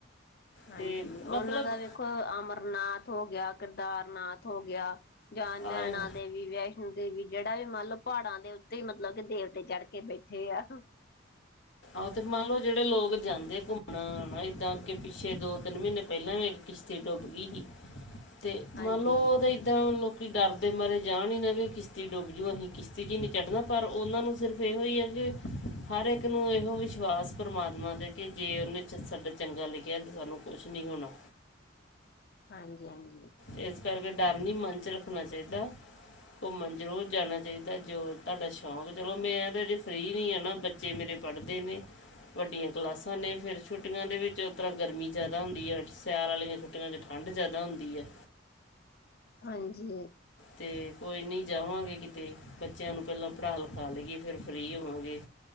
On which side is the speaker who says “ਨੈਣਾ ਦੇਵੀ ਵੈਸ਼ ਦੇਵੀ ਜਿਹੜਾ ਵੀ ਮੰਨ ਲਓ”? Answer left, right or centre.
Left